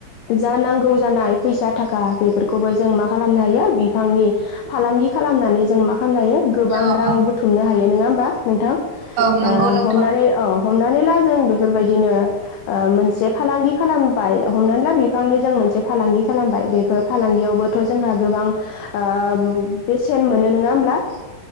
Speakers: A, on the left (about 85°); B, on the right (about 80°).
A: जा नांगौ जानाय फैसा थाखा बेफोरखौबो जों माखा खालामनो हायो बिफांनि फालांगि खालामनानै जों मा खालामनो हायो गोबां
B: औ
A: रां
B: औ
A: बुथुमनो हायो नङा होमबा नोंथां
B: औ नंगौ नोंथां
A: हमनानै औ हमनानै ला जों बेफोरबायदिनो मोनसे फालांगि खालामबाय हमनानै ला बिफांनि जों मोनसे फालांगि खालामबाय बेफोर फालांगियावबो थ' जोंहा गोबां ओ बेसेन मोनो नङा होमब्ला।